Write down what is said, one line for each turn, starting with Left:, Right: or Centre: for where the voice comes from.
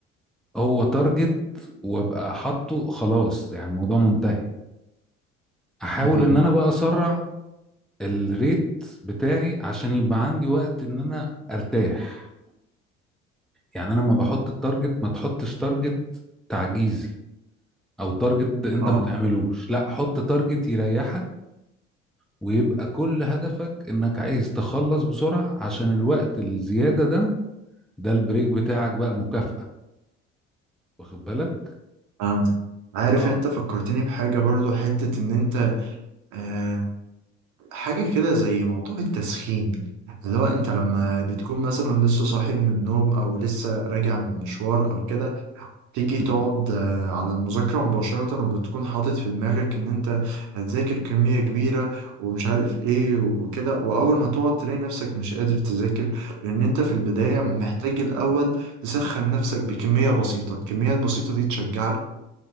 Centre: هو تارجت وابقى حاطه خلاص يعني الموضوع منتهي احاول
Right: مهم.
Centre: ان انا بقى اسرع الريت بتاعي عشان يبقى عندي وقت ان انا ارتاح يعني انا لما بحط التارجت ما تحطش تارجت تعجيزي او تارجت انت
Right: اه
Centre: ما تعملوش لا حط تارجت يريحك ويبقى كل هدفك انك عايز تخلص بسرعة عشان الوقت الزيادة ده ده البريك بتاعك بقى المكافأة واخد بالك
Right: فهمت عارف
Centre: اه
Right: انت فكرتني بحاجة برضو حتة ان انت آه حاجة كده زي موضوع التسخين اللي هو انت لما بتكون مثلا لسه صاحي من النوم او لسه راجع من مشوار او كده تيجي
Centre: مم.
Right: تقعد آه، على المذاكرة مباشرة وبتكون حاطط في دماغك إن أنت هتذاكر كمية كبيرة ومش عارف إيه وكده وأول ما تقعد تلاقي نفسك مش قادر تذاكر لأن أنت في البداية محتاج الأول تسخن نفسك بكمية بسيطة الكمية البسيطة دي تشجعك